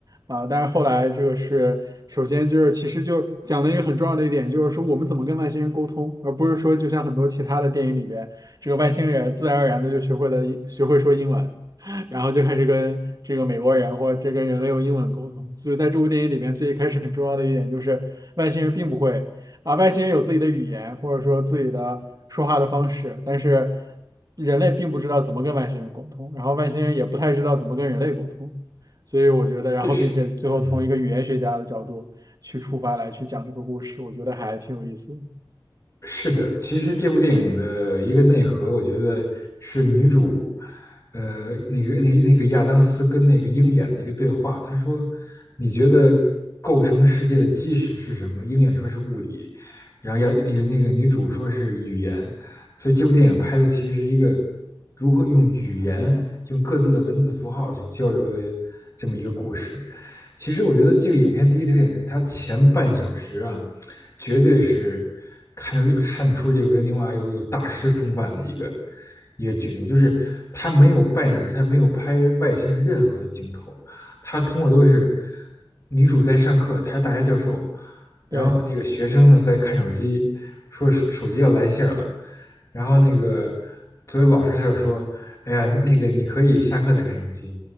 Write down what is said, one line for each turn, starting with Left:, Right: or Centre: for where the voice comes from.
Right: 啊，但是后来这个是首先就是其实就讲了一个很重要的一点，就是说我们怎么跟外星人沟通，而不是说就像很多其他的电影里边，这个外星人自然而然的就学会了一学会说英文，<laughs> 然后就开始跟这个美国人或者这跟人类用英文沟通。所以在这部电影里边，最一开始很重要的一点就是外星人并不会啊，外星人有自己的语言或者说自己的说话的方式，但是人类并不知道怎么跟外星人沟通，然后外星人也不太知道怎么跟人类沟通。所以我觉得，
Left: <laughs>
Right: 然后并且最后从一个语言学家的角度去出发来去讲这个故事，
Left: 是实，嗯。
Right: 我觉得还挺有意思的
Left: 是的，其实这部电影的一个内核，我觉得是女主，呃，那个那那个亚当斯跟那个鹰眼的一个对话。他说：“你觉得构成世界的基石是什么？”鹰眼说是物理，然后亚那个那个女主说是语言。所以这部电影拍的其实是一个如何用语言、用各自的文字符号去交流的这么一个故事。其实我觉得这个影片第一特点是它前半小时啊。绝对是看看出这个维伦纽瓦有有大师风范的一个一个举动，就是他没有半小时，他没有拍外星人任何的镜头，他通过都是女主在上课，她是大学教授，然后那个学生呢在看手机，
Right: 对
Left: 说手手机要来信儿了，然后那个作为老师他就说，哎呀，那个你可以下课再看手机，